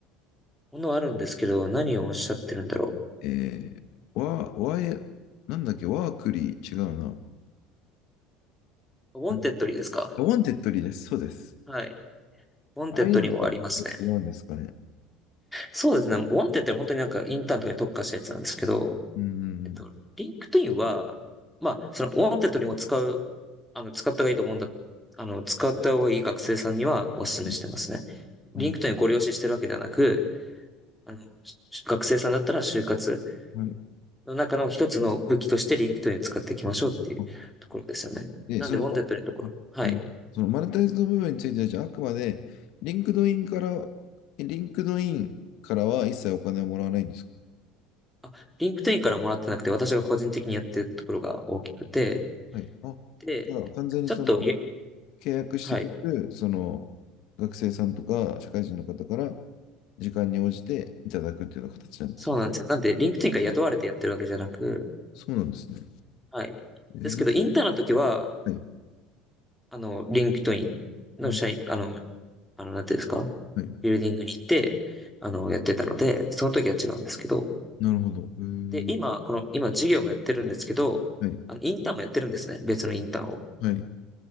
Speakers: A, in the centre; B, on the left.
A: ものあるんですけど、何をおっしゃってるんだろ
B: えー、ワー、ワイ、なんだっけ、ワークリー、違うな。
A: う。ウォンテッドリーですか
B: うん。ウォンテッドリーです。そうです。
A: はい。ウォンテッドリーもありますね。
B: ああいうのとは違うんですかね。
A: そうですね。ウォンテッドリーは本当になんかインターンとかに特化したやつなんですけど、
B: うんうん
A: えっと、リンクトインは、まあ、そのウォンテッドリーも使う、あの、使った方がいいと思うんだ。あの、使った方がいい学生さんにはお勧めしてますね。
B: うん。
A: リンクトインをご利用ししてるわけではなく、
B: うん、
A: あの、し学生さんだったら就活
B: はい。
A: の中の一つの武器としてリンクトインを使っていきましょうっていうところですよね。
B: あで、
A: なんで、
B: その、
A: ウォンテッドのところ、
B: あうんそのマネタイズの部分については、
A: はい。
B: じゃあ、あくまで、リンクドインから、リンクドインからは一切お金をもらわないんですか
A: あ、リンクトインからもらってなくて、私が個人的にやってるところが大きくて、
B: はい。あ、
A: で、
B: じゃあ、完全にその、
A: ちょっとゆ、
B: 契約してくる、
A: はい。
B: その、学生さんとか、社会人の方から、時間に応じていただくっていうような形なんですよ。
A: そうなんですよ。なんで、リンクトインから雇われてやってるわけじゃなく、
B: そうなんですね。
A: はい。
B: えー、
A: ですけど、
B: なんか、
A: インターンの時は、
B: はい。
A: あの、リンクトインの社員、
B: うん。
A: あの、あの、なんていうんですかビルディングに行って、
B: はい。
A: あの、やってたので、その時は違うんですけど、
B: なるほど。えー、
A: で、今、この、今授業もやってるんですけど、
B: はい、
A: あの、インターンもやってるんですね。別のインターンを。
B: はい、